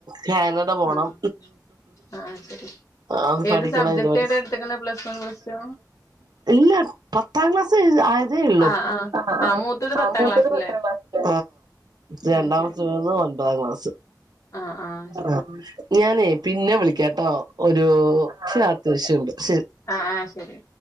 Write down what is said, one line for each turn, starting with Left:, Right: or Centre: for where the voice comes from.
Right: കാനഡ പോണം
Left: ആഹ് ആഹ് ശരി
Right: അത്
Left: ഏത്
Right: പഠിക്കണം
Left: സബ്ജക്ട്
Right: ഇതു പഠി
Left: ഏതാ എടുത്ത്ക്ക്ണെ പ്ലസ് വൺ പ്ലസ് ടു
Right: ഇല്ല പത്താം ക്ലാസ് ആ
Left: ആഹ് ആഹ്
Right: ആ ആ
Left: ആഹ് മൂത്തത്
Right: ആ
Left: പത്താം
Right: മൂത്തത്
Left: ക്ലാസ്സ്ല്ലേ
Right: പത്താം ക്ലാസില രണ്ടാമത്തത്
Left: ആഹ് ശരി
Right: വന്ന് ഒൻപതാം ക്ലാസ്
Left: ആഹ് ആഹ് ശരി
Right: ആ ഞാനേ പിന്നെ വിളിക്കാട്ടോ ഒരു അത്യാവശ്യണ്ട് ശരി
Left: ആ ആ ശരി